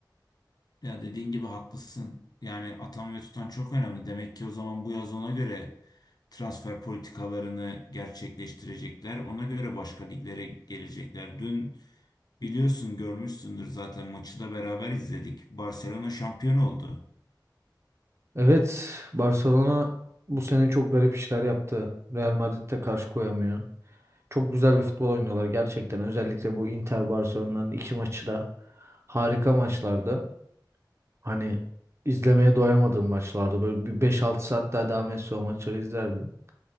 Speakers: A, on the left; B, on the right.
A: Ya dediğin gibi haklısın. Yani atan ve tutan çok önemli. Demek ki o zaman bu yaz ona göre transfer politikalarını gerçekleştirecekler. Ona göre başka liglere gelecekler. Dün biliyorsun görmüşsündür zaten maçı da beraber izledik. Barcelona şampiyon oldu.
B: Evet, Barcelona bu sene çok garip işler yaptı. Real Madrid'e karşı koyamıyor. Çok güzel bir futbol oynuyorlar gerçekten. Özellikle bu Inter Barcelona'nın iki maçı da harika maçlardı. Hani izlemeye doyamadığım maçlardı. Böyle bir beş altı saat daha devam etse o maçları izlerdim.